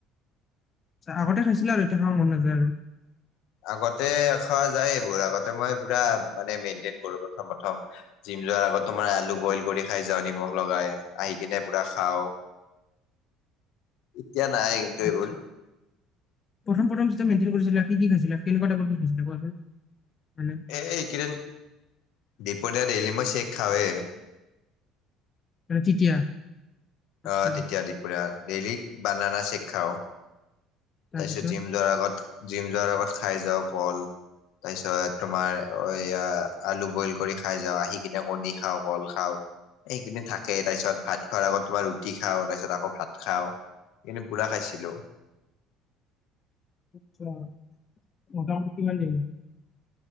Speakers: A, on the left (about 25°); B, on the left (about 65°).
A: আগতে খাইছিলে আৰু এতিয়া খাব মন নাযায় আৰু
B: আগতে খোৱা যায় এইবোৰ আগতে মই পুৰা মানে মেইনটেইন কৰো প্ৰথম প্ৰথম জিম যোৱাৰ আগত তোমাৰ আলু বইল কৰি খাই যাও নিমখ লগাই আহি কিনে পুৰা খাওঁ এতিয়া নাই কিন্তু
A: আটছা
B: এইবোৰ
A: প্ৰথম প্ৰথম তই মেনটেন কৰিছিলা, কি খাইছিলা কেনেকুৱা টাইপৰ কি খাইছিল কোৱাচোন? মানে
B: এইকেইদিন দিপদে ডেইলি মাছ চেক খাওঁৱে।
A: আৰু তেতিয়া। আচ্ছা
B: অ তেতিয়া দুপুৰীয়া ডেইলি বানানা চেক খাওঁ।
A: তাৰপিছত
B: তাৰ পিছত জিম যোৱাৰ আগত জিম যোৱাৰ আগত খাই যাওঁ কল। তাৰপিছত তোমাৰ এই আলু বইল কৰি খাই যাওঁ, আহি কিনে কণী খাওঁ, কল খাওঁ। সেইখিনি থাকে তাৰপিছত ভাত খোৱাৰ আগত তোমাৰ ৰুটি খাওঁ তাৰপিছত আকৌ ভাত খাওঁ। এইকেইদিন পুৰা খাইছিলো।
A: আচ্ছা মোটামুটি কিমান দিন?